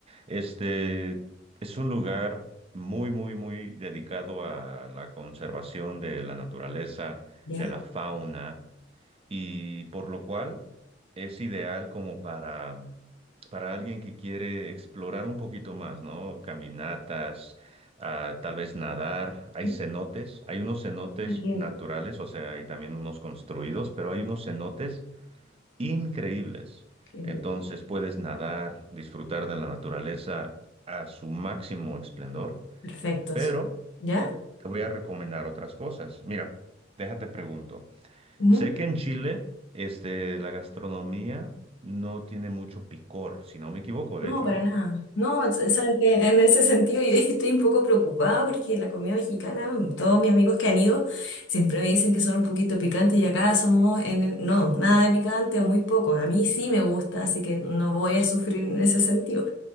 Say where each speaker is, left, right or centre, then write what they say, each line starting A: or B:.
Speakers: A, on the right (about 30°); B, on the left (about 70°).
A: este es un lugar muy, muy, muy dedicado a la conservación de la naturaleza,
B: Ya,
A: de la fauna y por lo cual es ideal como para, para alguien que quiere explorar un poquito más, ¿no? Caminatas, ah, tal vez nadar, hay
B: Ujú.
A: cenotes, hay unos cenotes
B: entiendo.
A: naturales, o sea, hay también unos construidos, pero hay unos cenotes increíbles.
B: Qué bien.
A: Entonces puedes nadar, disfrutar de la naturaleza a su máximo esplendor,
B: Perfectos.
A: pero
B: ¿Ya?
A: te voy a recomendar otras cosas. Mira, déjate pregunto.
B: Ujú.
A: Sé que en Chile, este, la gastronomía no tiene mucho picor, si no me equivoco,
B: No,
A: de hecho,
B: para
A: ¿eh?
B: nada. No, s- sabes que en ese sentido yo <laughs> estoy un poco preocupada porque la comida mexicana, mm, todos mis amigos que han ido siempre me dicen que son un poquito picantes y acá somos en el- no, nada de picante o muy poco. A mí sí me gusta, así que no voy a sufrir en ese sentido.